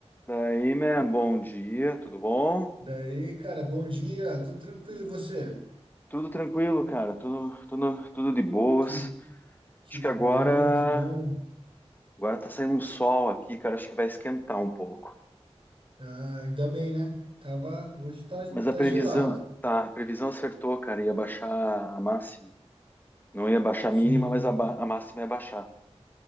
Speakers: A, on the left (about 15°); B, on the right (about 50°).
A: Daí, man, bom dia, tudo bom?
B: Daí, cara, bom dia, tudo tranquilo e você?
A: Tudo tranquilo, cara, tudo, tudo, tudo de boas.
B: Que, que
A: Acho que agora,
B: bom, que bom.
A: agora tá saindo um sol aqui, cara, acho que vai esquentar um pouco.
B: Ah, ainda bem, né? Tava, hoje tá,
A: Mas a
B: tá
A: previsão,
B: gelado.
A: tá, a previsão acertou, cara, ia baixar a máxima. Não ia baixar a
B: Sim,
A: mínima, mas a, ba- a máxima ia baixar.